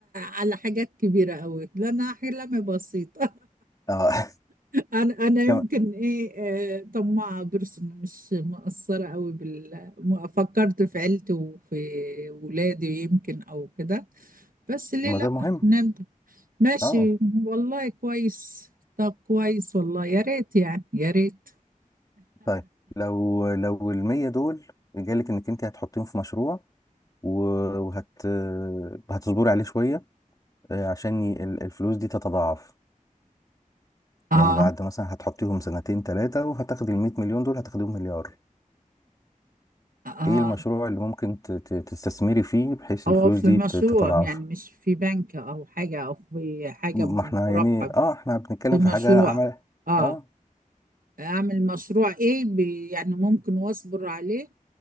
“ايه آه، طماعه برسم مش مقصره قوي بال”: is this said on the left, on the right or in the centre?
Right